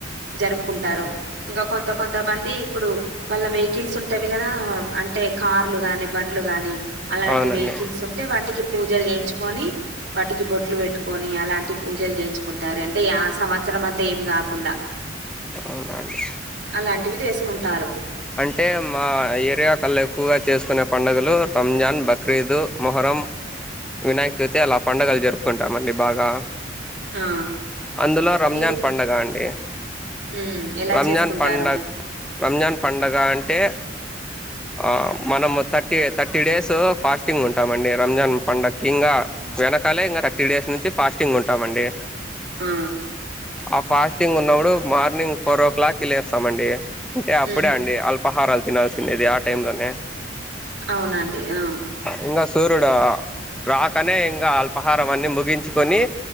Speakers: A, on the right; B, in the centre.
A: జరుపుకుంటారు ఇంకా కొంత కొంత మంది ఇప్పుడు వాళ్ళ వెహికీల్స్ ఉంటావి కదా అంటే కార్లు గాని బండ్లు గాని అలాంటి
B: అవునండి
A: వెహికీల్స్ ఉంటే వాటికి పూజలు చేయించుకొని వాటికి బొట్లు పెట్టుకొని అలాంటి పూజలు చేయించుకుంటారు అంటే యా సంవత్సరం అంతా ఏమి కాకుండా
B: ఆ ఉనా అండి
A: అలాంటివి చేసుకుంటారు
B: అంటే మా ఏరియా కల్లా ఎక్కువగా చేసుకునే పండుగలు రంజాన్ బక్రీదు మొహరం వినాయక చవితి అలా పండుగలు జరుపుకుంటామండి బాగా
A: ఆ
B: అందులో రంజాన్
A: మీ
B: పండగ అండి
A: ఉమ్ ఎలా
B: రంజాన్
A: చేసుకుంటారు
B: పండగ రంజాన్ పండగ అంటే ఆ మనము థర్టీ థర్టీ డేస్ ఫాస్టింగ్ ఉంటామండి రంజాన్ పండక్కి ఇంగా వెనకాలే ఇంకా థర్టీ డేస్ నుంచి ఫాస్టింగ్ ఉంటామండి
A: ఆ
B: ఆ ఫాస్టింగ్ ఉన్నప్పుడు మార్నింగ్ ఫోర్ ఓ క్లాక్ కీ లేస్తామండి అంటే
A: ఉమ్
B: అప్పుడే అండి అల్పహరాలు తినాల్సిండేది ఆ టైంలోనే
A: అవునాండి ఆ
B: ఇంగా సూర్యుడు రాకనే ఇంగా అల్పాహారం అన్ని ముగించుకొని